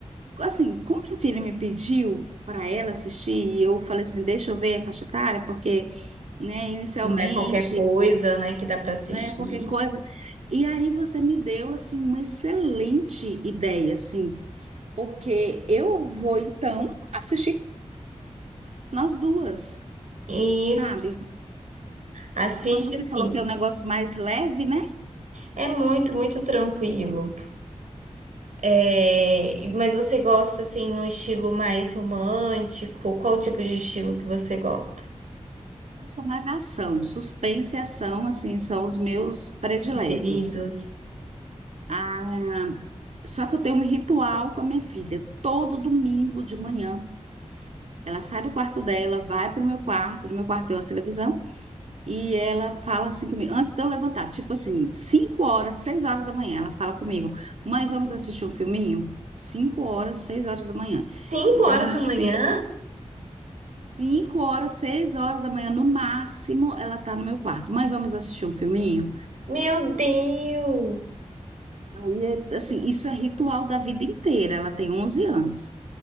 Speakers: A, on the right; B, on the right.
A: Assim, como minha filha me pediu para ela assistir, e eu falei assim, deixa eu ver a faixa etária, porque, né, inicialmente,
B: Não é qualquer coisa, né, que dá para assistir.
A: né, qualquer coisa. E aí você me deu, assim, uma excelente ideia, assim, porque eu vou, então, assistir. Nós duas,
B: Isso.
A: sabe?
B: Assiste
A: Quando você
B: sim.
A: falou que é um negócio mais leve, né?
B: É muito, muito tranquilo. É, Mas você gosta assim no estilo mais romântico? Qual tipo de estilo que você gosta?
A: Eu sou ação. Suspense e ação, assim, são os meus prediletos.
B: Preferidos?
A: Ah, só que eu tenho um ritual com a minha filha. Todo domingo de manhã, ela sai do quarto dela, vai pro meu quarto, no meu quarto tem uma televisão, e ela fala assim comigo, antes de eu levantar, tipo assim, 5 horas, 6 horas da manhã, ela fala comigo, mãe, vamos assistir um filminho? cinco horas, seis horas da manhã.
B: Cinco
A: Então,
B: horas
A: a gente
B: da manhã?
A: fica 5 horas, 6 horas da manhã, no máximo, ela tá no meu quarto. Mãe, vamos assistir um filminho?
B: Meu Deus!
A: Aí, é, assim, isso é ritual da vida inteira. Ela tem 11 anos.